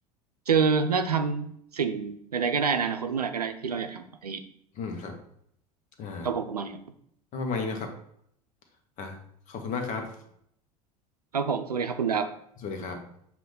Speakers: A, on the right; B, on the left.
A: เจอและทำสิ่งใดๆก็ได้ในอนาคตเมื่อไหร่ก็ได้ที่เราอยากทำอะไรอย่างนี้
B: อืมครับอ่า
A: ครับผมประมาณนี้ครับ
B: ก็ประมาณนี้นะครับอ่าขอบคุณมากครับ
A: ครับผมสวัสดีครับคุณดาบ
B: สวัสดีครับ